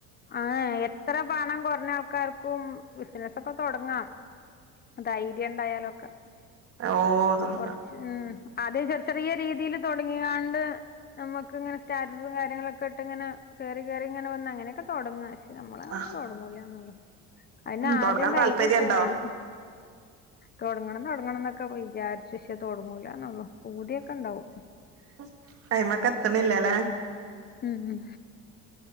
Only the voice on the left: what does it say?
ആഹ് എത്ര പണം കൊർഞ്ഞ ആൾക്കാർക്കും ബിസ്നസക്കെ തൊടങ്ങാം ദര്യണ്ടായാലൊക്കെ
കൊറച് ഉം അതെ ചെർ ചെറിയ രീതീല് തൊടങ്ങീ ങ്ങാണ്ട് നമ്മക്ക്ങ്ങനെ സ്റ്റാറ്റസും കാര്യങ്ങളൊക്കെ ഇട്ട്ങ്ങനെ കേറി കേറിങ്ങനെ വന്ന അങ്ങനെ ക്ക തൊടങ്ങാ ഷേ നമ്മളെ
ഒന്നും തൊടങ്ങൂലാന്നൊള്ളു അയ്നാദ്യം
ധൈര്യക്കെ
വേണം തൊടങ്ങണം തൊടങ്ങണം ന്നൊക്കെ വിജാര്ച്ച് ഷേ തൊടങ്ങൂലന്നൊള്ളൂ പൂതിയൊക്കെണ്ടാവും
ഉം ഉം